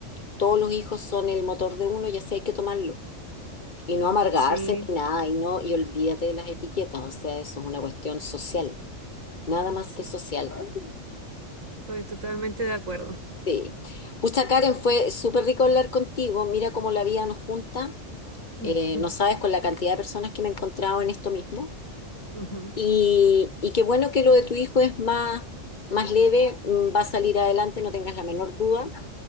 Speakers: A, on the left; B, on the right.
A: todos los hijos son el motor de uno y así hay que tomarlo. Y no amargarse
B: sí.
A: ni nada, y no, y olvídate de las etiquetas, o sea, eso es una cuestión social, nada más
B: Sí,
A: que social.
B: estoy totalmente de acuerdo.
A: Sí. Pucha, Karen, fue súper rico hablar contigo. Mira cómo la vida nos junta.
B: <laughs>
A: Eh, no sabes con la cantidad de personas que me he encontrado en esto mismo.
B: Ujú.
A: Y, y qué bueno que lo de tu hijo es más, más leve, mm, va a salir adelante, no tengas la menor duda.